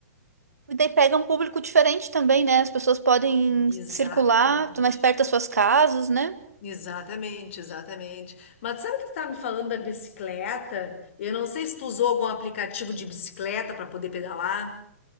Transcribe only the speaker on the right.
E daí pega um público diferente também, né? As pessoas podem
circular tá mais perto das suas casas, né?